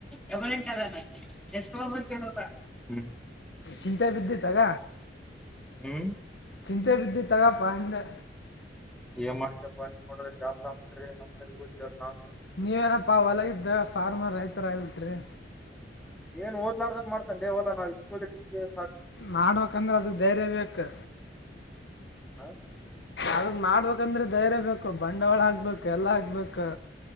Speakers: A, in the centre; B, on the left.
A: ಡಬಲ್ ಎಂಟು ಸೆವನು ಕೆ <unintelligible>
B: ಚಿಂತೆ ಬಿದ್ದಿ ತಗ
A: ಹ್ಮ್
B: ಚಿಂತೆಗೆ ಬಿದ್ದೀಯ ತಗಪ್ಪ ಅಂದೆ
A: ಏನ್ ಮಾಡ್ತೀಯಪ್ಪ ನೀನ್ ನೋಡ್ರ ಜಾಪ್ ನಮ್ ಕಡೆಗೆ <unintelligible>
B: ನೀವೇನಪ್ಪಾ ಹೊಲಗ್ದ ಫಾರ್ಮರ್ ರೈತರ ಆಗ್ಬಿಟ್ರಿ
A: ಏನ್ ಓದ್ ಮಾರ್ದಂತ ಏನ್ ಮಾಡ್ತೀಯ ಹೊಲ ನಾವು ಡಿಗ್ರಿ ಸಾಧ
B: ಮಾಡ್ಬೇಕಂದ್ರೆ ಅದಕ್ಕೆ ಧೈರ್ಯ ಬೇಕು
A: <unintelligible>
B: ಅದುನ್ನ ಮಾಡ್ಬೇಕಂದ್ರೆ ಧೈರ್ಯ ಬೇಕು ಬಂಡವಾಳ ಆಕ್ಬೇಕು ಎಲ್ಲ ಆಕ್ಬೇಕ